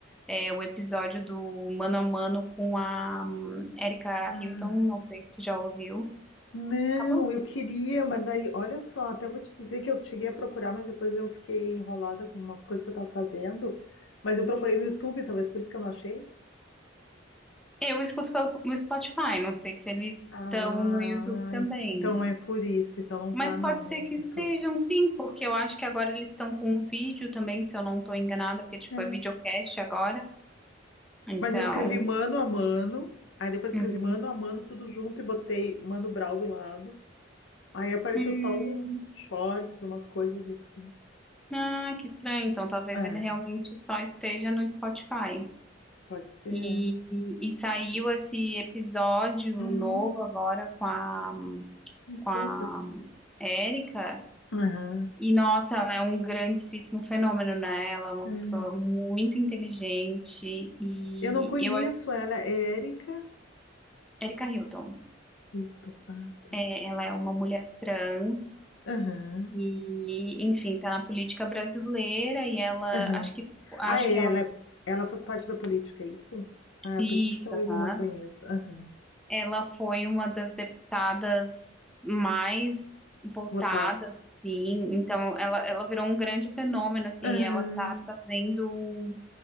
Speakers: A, in the centre; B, on the left.
A: é, o episódio do Mano a Mano com a hum, Erika
B: Ah,
A: Hilton, não sei se tu já ouviu.
B: não,
A: Acabou?
B: eu queria, mas daí, olha só, até vou te dizer que eu cheguei a procurar, mas depois eu fiquei enrolada com umas coisas que eu tava fazendo, mas eu procurei no YouTube, talvez por isso que eu não achei.
A: Eu escuto pelo no Spotify, não sei se eles
B: Ah,
A: estão no YouTube também.
B: então é por isso, então não
A: Mas
B: tá no,
A: pode
B: no
A: ser que estejam,
B: YouTube.
A: sim, porque eu acho que agora eles estão com um vídeo também, se eu não estou enganada, porque tipo
B: É.
A: é videocast agora. Então,
B: Mas eu escrevi mano a mano, aí depois escrevi
A: Uhum.
B: mano a mano tudo junto e botei Mano Brown do lado. Aí apareceu
A: Hum,
B: só uns shorts, umas coisas assim.
A: ah, que estranho. Então, talvez
B: É,
A: ele realmente só esteja no Spotify.
B: pode ser. é.
A: E, e, e saiu esse episódio
B: Uhum,
A: novo agora com a,
B: me
A: com
B: conta.
A: a Érica.
B: Aham.
A: E, nossa, ela é um grandíssimo fenômeno, né? Ela é uma
B: é.
A: pessoa muito inteligente. E
B: Eu não conheço
A: eu acho.
B: ela, é Érica
A: Érica Hilton.
B: Hilton. Ah, tá.
A: É, ela é uma mulher trans.
B: Aham,
A: E, enfim, tá na política brasileira. E ela.
B: aham.
A: Acho que, acho
B: Ah, é,
A: que ela.
B: ela, é, ela faz parte da política, é isso? Ah,
A: Isso,
B: por isso que talvez
A: aham.
B: eu não conheça. Aham.
A: Ela foi uma das deputadas mais votadas,
B: Votada.
A: assim. Então, ela, ela virou um grande fenômeno, assim.
B: Aham,
A: Ela está trazendo